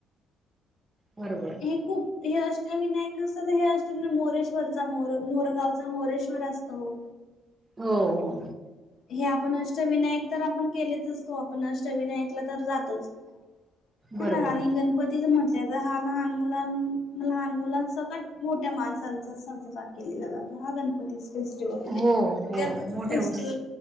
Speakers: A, on the right; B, on the left.
A: बरोबर
B: हे खूप हे अष्टविनायक अस हे असुनां मोरे वरचा मोरगावचा मोरेश्वर असतो हो
A: हो हो
B: हे आपण अष्टविनायक तर आपण केलेच असतो आपण अष्टविनायकला तर जातोच
A: बरोबर
B: ह ना आणि गणपतीच म्हटल्या तर हा लहान मुलां लहान मुलां सकट मोठ्या माणसांचा साजरा केलेला जातो हा गण णपती फेस्टिवल
A: हो हो
B: गणपती
A: मोठ्या
B: फेस्टि
A: उस